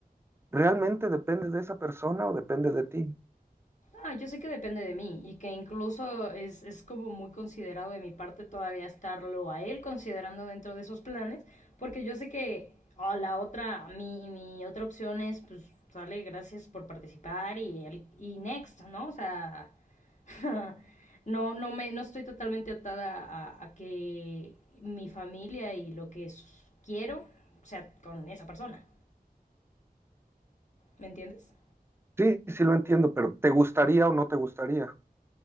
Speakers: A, on the right; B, on the left.
A: ¿Realmente depende de esa persona o depende de ti?
B: Ah, yo sé que depende de mí y que incluso es, es como muy considerado de mi parte todavía estarlo a él considerando dentro de esos planes, porque yo sé que ah, la otra, mi, mi otra opción es, pues, sale, gracias por participar y, el- y next, ¿no? O sea, <laughs> no, no, me, no estoy totalmente atada a, a que mi familia y lo que s- quiero sea con esa persona, ¿me entiendes?
A: Sí, sí lo entiendo, pero ¿te gustaría o no te gustaría?